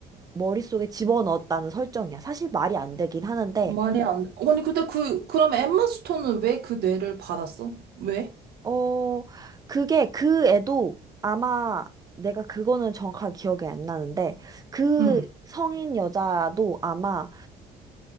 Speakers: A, on the right; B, on the right.
A: 머릿속에 집어넣었다는 설정이야. 사실 말이 안 되긴 하는데,
B: 말이 안 돼. 아니, 근데 그, 그럼 엠마 스톤은 왜 그 뇌를 받았어? 왜?
A: 어, 그게 그 애도 아마 내가 그거는 정확하게 기억이 안 나는데 그
B: 응.
A: 성인 여자도 아마